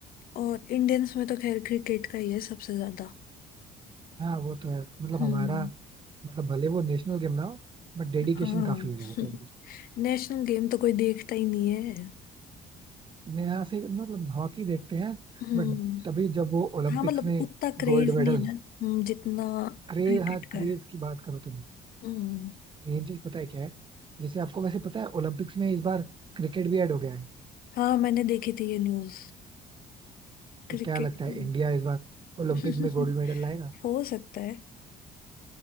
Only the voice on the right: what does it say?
हाँ वो तो है मतलब
हमारा मतलब भले वो नेशनल गेम ना हो बट डेडिकेशन
काफी
है लोगों के अंदर
मैं यहाँ से मतलब हॉकी देखते हैं
बट तभी जब वो ओलंपिक्स
में
गोल्ड मेडल
क्रेज
हाँ क्रेज
की बात करो तुम
मेन चीज पता है क्या है जैसे आपको वैसे पता है ओलंपिक्स में इस बार क्रिकेट भी ऐड हो गया है
तो क्या लगता
है इंडिया इस बार ओलंपिक
में गोल्ड मेडल लाएगा